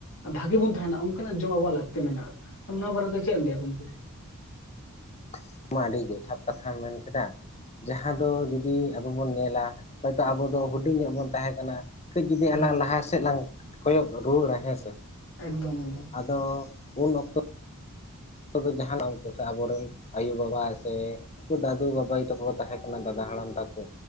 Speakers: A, on the left; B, on the left.
A: ᱵᱷᱟᱜᱤ ᱵᱚᱱ ᱛᱟᱦᱮᱱᱟ ᱚᱱᱠᱟᱱᱟᱜ ᱡᱚᱢ ᱟᱵᱚᱣᱟᱜ ᱞᱟᱹᱠᱛᱤ ᱢᱮᱱᱟᱜᱼᱟ ᱟᱢ ᱱᱚᱣᱟ ᱵᱟᱨᱮᱛᱮ ᱪᱮᱫ ᱮᱢ ᱞᱟᱹᱭᱟ ᱜᱚᱝᱠᱮ
B: <unintelligible> ᱢᱟ ᱟᱹᱰᱤ ᱡᱚᱛᱷᱟᱛ ᱠᱟᱛᱷᱟᱢ ᱢᱮᱱ ᱠᱮᱫᱟ ᱡᱟᱦᱟᱸ ᱫᱚ ᱡᱩᱚᱫᱤ ᱟᱵᱚ ᱵᱚᱱ ᱧᱮᱞᱟ ᱦᱚᱭᱛᱳ ᱟᱵᱚ ᱫᱚ ᱦᱩᱰᱤᱧ ᱧᱚᱜ ᱵᱚᱱ ᱛᱟᱦᱮᱸ ᱠᱟᱱᱟ ᱠᱟᱹᱡ ᱡᱩᱫᱤ
A: ᱦᱩᱸ
B: ᱟᱞᱟᱝ ᱞᱟᱦᱟ ᱥᱮᱫ ᱞᱟᱝ ᱠᱚᱭᱚᱜ ᱨᱩᱣᱟᱹᱲ ᱟ ᱦᱮᱥᱮ
A: ᱮᱠᱫᱚᱢ ᱮᱠᱫᱚᱢ
B: ᱟᱫᱚ ᱩᱱ ᱚᱠᱛᱚ ᱟ ᱫᱚ ᱡᱟᱦᱱᱟᱜ ᱩᱱ ᱠᱚ ᱥᱮ ᱟᱵᱚᱨᱮᱱ ᱟᱭᱳ ᱵᱟᱵᱟ ᱥᱮ <unintelligible> ᱫᱟᱫᱩ ᱵᱟᱵᱟᱭ ᱛᱟᱠᱚ ᱠᱚ ᱛᱟᱦᱮᱸ ᱠᱟᱱᱟ ᱫᱟᱫᱟ ᱦᱟᱲᱟᱢ ᱛᱟᱠᱚ